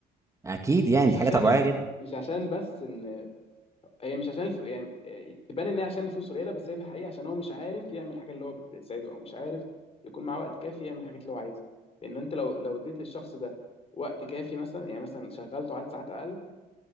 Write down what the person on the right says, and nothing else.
اكيد يعني
دي
حاجه طبيعيه
جدا.